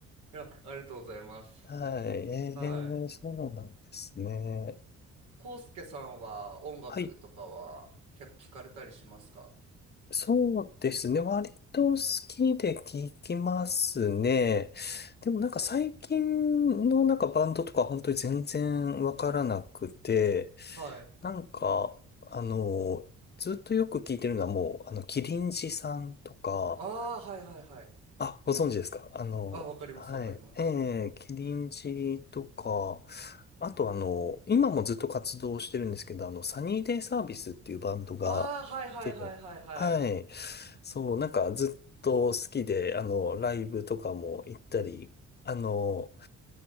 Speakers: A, on the right (about 90°); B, on the left (about 35°).
A: いや、ありがとうございます。
B: はい。えー、
A: はい。
B: そうなんですね。
A: コウスケさんは音楽とかは結構聞かれたりしますか
B: はい。そうですね。割と好きで聞きますね。でもなんか最近のなんかバンドとか本当に全然わからなくて、
A: はい。
B: なんか、あの、ずっとよく聞いてるのはもう、あの、キリンジさんとか、
A: ああ、はいはいはい。
B: あ、ご存知ですかあの、
A: あ、わかります、
B: はい。
A: わかります。
B: ええ、キリンジとか、あとあの、今もずっと活動してるんですけど、あの、サニーデイサービスっていうバンドがいて、
A: ああ、はいはいはいはいはい。
B: はい。そう、なんかずっと好きで、あの、ライブとかも行ったり、あの、